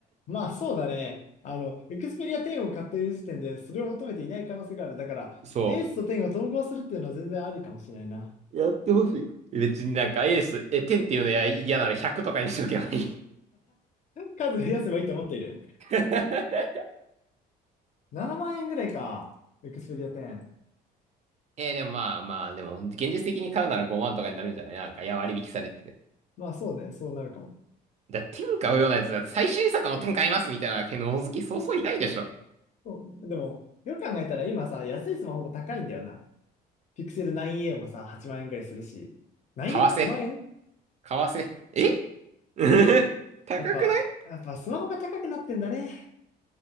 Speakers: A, on the left; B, on the right.
A: まあそうだね。あの、エクスペリア10を買っている時点でそれを求めていない可能性がある。だから、
B: そ
A: エースと10を統合するっていうのは全然ありかもしれないな。
B: やってほしい。う。別になんかエース、え、10っていうのや嫌なら100とかにしとけばいい。
A: 数増やせばいいと思っている。
B: <laughs>
A: 7万円ぐらいか。エクスペリア10。
B: えー、でもまあまあ、でも、現実的に買うなら5万とかになるんじゃないなんか、いや、割引されてて。
A: まあそうね、そうなるかも。
B: だ、天買うようなやつだって、最新作の天買いますみたいな、のの好きそうそういないでしょ。
A: そうねでも、よく考えたら今さ、安いスマホも高いんだよな。ピクセル 9A もさ、8万円ぐらいするし。9A8
B: 為替。
A: 万円
B: 為替。え <laughs> 高くない
A: やっぱ、やっぱスマホが高くなってんだね。